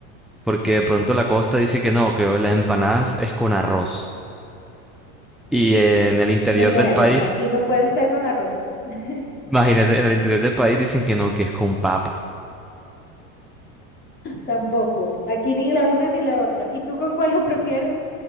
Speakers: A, in the centre; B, on the left.
A: porque de pronto la costa dice que no, que las empanadas es con arroz. Y en el interior
B: me muero.
A: del país,
B: Aquí no pueden ser con arroz. <laughs>
A: imagínate, en el interior del país dicen que no, que es con papa.
B: Tampoco. Aquí ni la una ni la otra. ¿Y tú con cuál lo prefieres?